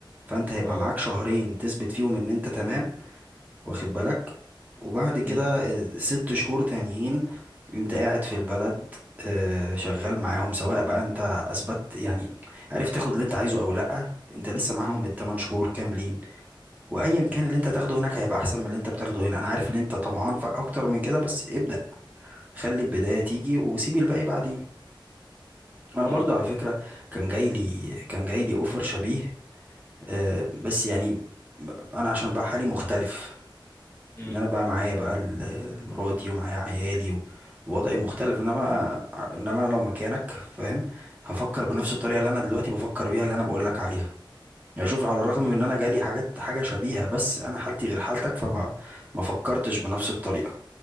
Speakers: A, on the right (about 20°); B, on the left (about 30°).
A: فأنت هيبقى
B: اه
A: معاك شهرين تثبت فيهم إن أنت تمام واخد بالك وبعد كده
B: امم
A: آه، ست شهور تانيين أنت قاعد في البلد آه، شغال معاهم سواء بقى أنت أثبت يعني عرفت تاخد اللي أنت عايزه أو لأ أنت لسه معاهم
B: امم
A: التمن شهور كاملين وايا كان اللي انت هتاخده هناك هيبقى احسن من اللي انت بتاخده هنا انا عارف ان انت طمعان في اكتر من كده بس ابدأ خلي البداية تيجي وسيب الباقي بعدين انا
B: امم
A: برضو على فكرة كان جاي لي كان جاي لي اوفر شبيه آه، بس يعني انا عشان بقى حالي مختلف
B: امم
A: ان انا بقى معايا بقى ال- ال- مراتي ومعايا عيالي و- ووضعي مختلف انما انما انا لو مكانك فاهم هفكر بنفس الطريقة اللي انا دلوقتي بفكر بيها اللي انا بقول لك عليها يعني شوف على الرغم
B: بالظبط
A: من ان انا جالي حاجات حاجة شبيهة بس انا حالتي غير حالتك فما ما فكرتش بنفس الطريقة